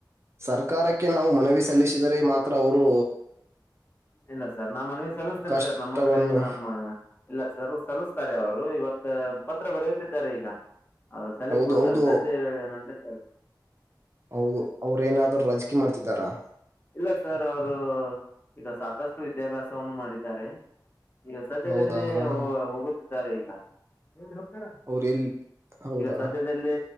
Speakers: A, on the right; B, on the left.
A: ಸರ್ಕಾರಕ್ಕೆ ನಾವು ಮನವಿ ಸಲ್ಲಿಸಿದರೆ ಮಾತ್ರ ಅವರು
B: ಇಲ್ಲ ಸರ್ ನಾ ಮನವಿ ಸಲ್ಲಿಸ್ತನ
A: ಕಷ್ಟವನ್ನು
B: ಸರ್ ನಮ್ಮ ಕಡೆಯಿಂದ ನಮ್ಮ ಇಲ್ಲ ಸರ್ ಸಲ್ಲಿಸ್ತಾರೆ ಅವರು ಇವತ್ತ ಪತ್ರ ಬರೆಯುತ್ತಿದ್ದಾರೆ ಈಗ ಅ ಸಲ್ಲಿಸ್ಬಿಡ್ತಾರೆ
A: ಹೌದು ಹೌದು
B: ಸಂಜೆ ವೇಳೆ ಸ ಸಲ್ಲಿಸ
A: ಹೌದು ಅವ್ರ ಏನಾದ್ರು ರಜಕಿ ಮಾಡ್ತಿದಾರಾ.
B: ಇಲ್ಲ ಸರ್ ಅವರು ಈಗ ಸಾಕಷ್ಟು ವಿದ್ಯಾಭ್ಯಾಸವನ್ನು ಮಾಡಿದ್ದಾರೆ. ಈಗ ಸದ್ಯದಲ್ಲೇ
A: ಹೌದಾ ಹಾ ಹಾ.
B: ಹ ಹೋಗುತ್ತಿದ್ದಾರೆ ಈಗ <unintelligible> ಹಕ್ಕಾರ
A: ಅವ್ರ ಎಲ್ ಹೌದಾ
B: ಈಗ ಸದ ಸದ್ಯದಲ್ಲಿ